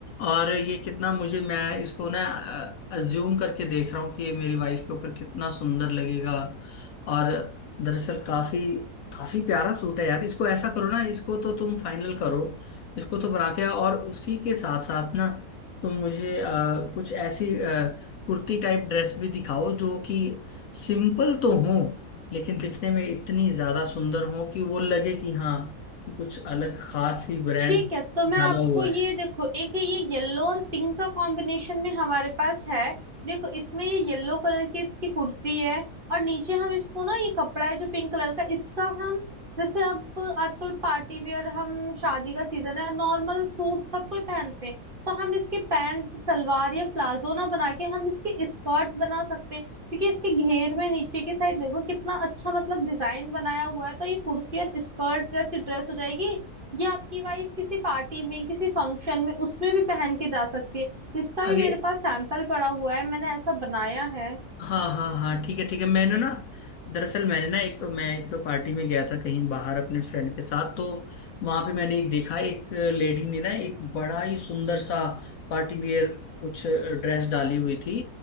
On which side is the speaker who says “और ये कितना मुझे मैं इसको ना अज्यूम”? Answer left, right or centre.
Left